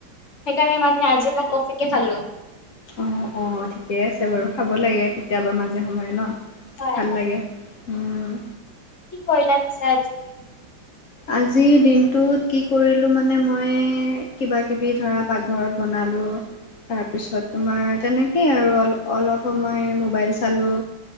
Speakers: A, on the left; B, on the left.
A: সেইকাৰণে মানে আজি মই কফিকে খালোঁ।
B: অ', অ', ঠিকে আছে বাৰু খাব লাগে কেতিয়াবা মাজে সময়ে ন
A: হয়
B: ভাল লাগে। উম
A: কি কৰিলা পিছা আজি?
B: আজিৰ দিনটোত কি কৰিলোঁ মানে মই কিবাকিবি, ধৰা পাকঘৰত বনালোঁ। তাৰপিছত তোমাৰ তেনেকেই আৰু অল, অলপ সময় মোবাইল চালোঁ।